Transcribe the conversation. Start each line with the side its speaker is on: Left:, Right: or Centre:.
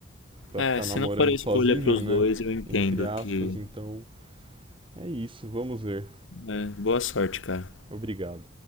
Right: pra
Left: É,
Right: ficar
Left: se
Right: namorando
Left: não for a escolha
Right: sozinho,
Left: para os
Right: né?
Left: dois, eu entendo
Right: Entre aspas,
Left: que
Right: então. É isso, vamos ver.
Left: É, boa sorte, cara.
Right: Obrigado.